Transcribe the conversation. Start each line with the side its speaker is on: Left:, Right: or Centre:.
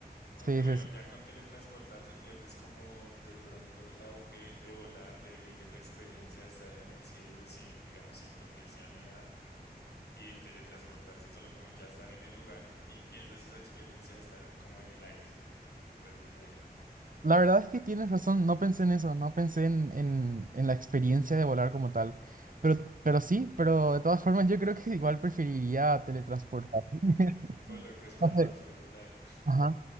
Left: Aunque
Right: Sí,
Left: bueno,
Right: sí, sí.
Left: ya con teletransportarse pierdes como de pronto el auge de volar, de vivir esa experiencia de estar en el cielo sin, digamos, sin protección ni nada. Y teletransportarse solo como ya estar en el lugar y pierdes esa experiencia de estar como en el aire. Entonces ahí,
Right: La verdad es que tienes razón, no pensé en eso, no pensé en, en- en la experiencia de volar como tal. Pero, pero sí, pero de todas formas yo creo que igual preferiría teletransportarme. <laughs>
Left: por lo que es más
Right: No
Left: rápido,
Right: sé,
Left: claro.
Right: ajá.